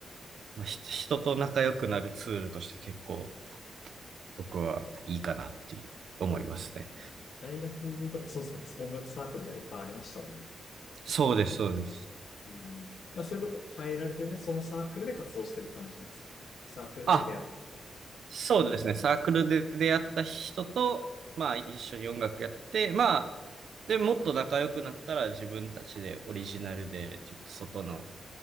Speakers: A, on the right; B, on the left.
A: まあひ人と仲良くなるツールとして結構僕はいいかなっていう思いますね。
B: 大学とか、そうそうです。音楽サークルみたいなのいっぱいありましたもんね。
A: そうです、そうです。
B: うんまあ、それとか入られてね、そのサークルで活動してる感じなんです。サークルで出会ったと。
A: あ、そうですね。サークルで出会った人と、まあ一緒に音楽やって、まあで、もっと仲良くなったら自分たちでオリジナルでちょっと外の